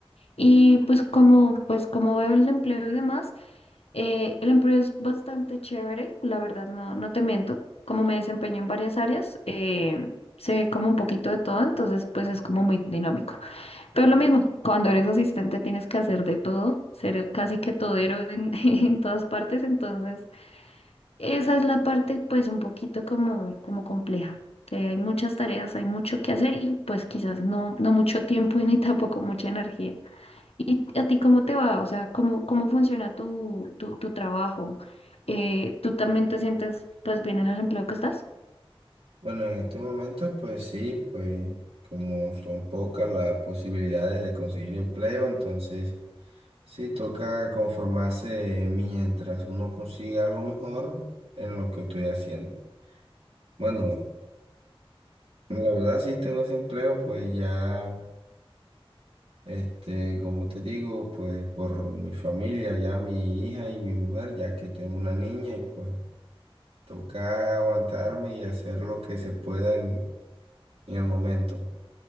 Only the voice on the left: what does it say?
Y pues como, pues como veo el empleo y demás, eh, el empleo es bastante chévere, la verdad, no, no te miento. Como me desempeño en varias áreas, eh, sé como un poquito de todo, entonces pues es como muy dinámico. Pero lo mismo, cuando eres asistente tienes que hacer de todo, ser el casi que todero en <laughs> en todas partes, entonces... Esa es la parte pues un poquito como, como compleja, que hay muchas tareas, hay mucho que hacer y pues quizás no, no mucho tiempo <laughs> y ni tampoco mucha energía. ¿Y a ti cómo te va? O sea, ¿cómo, cómo funciona tu, tu, tu trabajo? Eh, ¿tú también te sientes pues bien en el empleo que estás?